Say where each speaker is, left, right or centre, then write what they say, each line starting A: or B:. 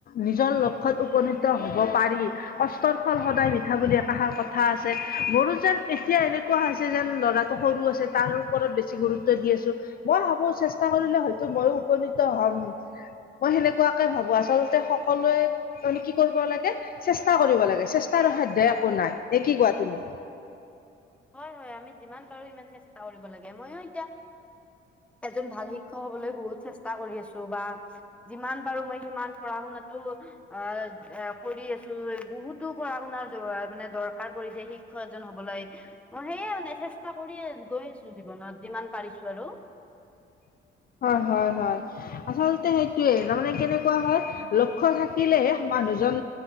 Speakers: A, on the left (about 50°); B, in the centre.
A: নিজৰ লক্ষ্যত উপনীত হ'ব পাৰি। কষ্টৰ ফল সদায় মিঠা বুলি একাষাৰ কথা আছে, মোৰো যেন এতিয়া এনে কোৱা হৈছে যেন ল'ৰাটো সৰু আছে তাৰ ওপৰত বেছি গুৰুত তিয়া দি আছো, মই ভাবো চেষ্টা কৰিলে হয়তো ময়ো উপনীত হ'ম। মই সেনেকুৱাকে ভাবো আচলতে সকলোৱে তুমি কি কৰিব লাগে, চেষ্টা কৰিব লাগে চেষ্টা সাধ্যয় একো নাই, নে কি কোৱা তুমি?
B: হয় হয়, আমি যিমান পাৰো সিমান চেষ্টা কৰিব লাগে। ময়ো এতিয়া এজন ভাল শিক্ষক হবলৈ বহুত চেষ্টা কৰি আছো, বা যিমান পাৰো মই সিমান পঢ়া শুনাতো অ এ কৰি আছো বহুতো পঢ়া শুনাৰ মানে দৰ কাৰ কৰিছে শিক্ষক এজন হবলৈ, মই সেয়ে মানে চেষ্টা কৰি গৈ আছো। জীৱনত যিমান পাৰিছো আৰু।
A: হয় হয় হয়। আচলতে সেইটোৱে, তাৰমানে কেনেকুৱা হয় লক্ষ্য থাকিলে মানুহজন